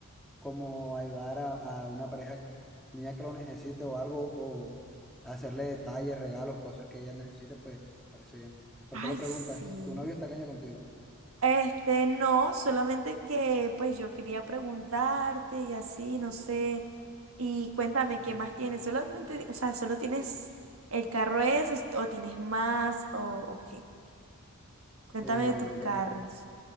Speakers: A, in the centre; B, on the right.
A: como ayudar a, a una pareja mía que lo necesite o algo, o hacerle detalles, regalos, cosas que ella necesite, pues, me parece bien. ¿Por qué
B: Ay,
A: lo preguntas?
B: sí.
A: ¿Tu novio está caño contigo?
B: Este, no, solamente que, pues, yo quería preguntarte y así, no sé. Y cuéntame,
A: Ok.
B: ¿qué más tienes? Solamente, o sea, ¿solo tienes el carro ese o tienes más o, o qué? Cuéntame
A: Eh,
B: de tus
A: bueno,
B: carros.